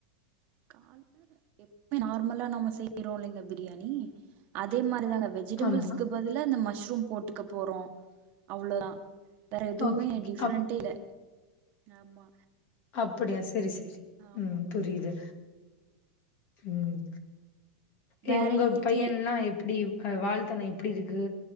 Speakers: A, on the right (about 40°); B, on the left (about 40°).
A: <inaudible> எப்பயு நார்மலா நம்ம செய்றோலிங்க பிரியாணி அதே மாரிதாங்க வெஜ் ஜிடபிள்ஸ்க்கு
B: ஆமா.
A: பதிலா இந்த மஷ்ரூம் போட்டுக்க போறோ அவ்ளதா வேற எதுவுமே
B: ஓகே, ஓகே.
A: டிஃப்ரெண்டே இல்ல ஆமா
B: அப்புடியா சேரி சேரி
A: ஆமாங்க
B: ம் புரியுது ம்
A: வேற
B: ஏ உங்க
A: இன்னைக்கி
B: பையன்லா எப்புடி அ வால்தனோ எப்டி இருக்கு